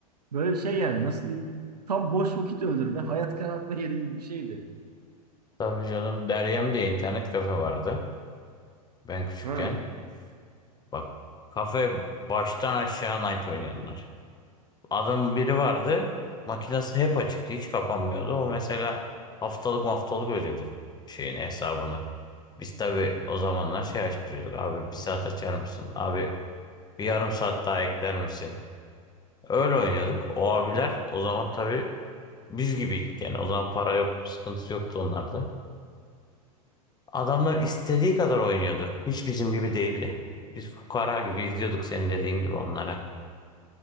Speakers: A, on the right; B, on the left.
A: böyle şey yani nasıl diyeyim tam boş vakit öldürme, hayat karartma yeri gibi bir şeydi.
B: Tabii canım. Deryem diye internet kafe vardı. Ben küçükken.
A: Ha.
B: Bak kafe baştan aşağı night oynayanlar. Adam biri vardı. Makinesi hep açıktı. Hiç kapanmıyordu. O mesela haftalık haftalık ödüyordu şeyini hesabını. Biz tabii o zamanlar şey açtırıyorduk. Abi bir saat açar mısın? Abi Bir yarım saat daha ekler misin? Öyle oynuyorduk. O abiler o zaman tabii biz gibiydik yani. O zaman para yok, sıkıntısı yoktu onlarda. Adamlar istediği kadar oynuyordu. Hiç bizim gibi değildi. Biz fukara gibi izliyorduk senin dediğin gibi onlara.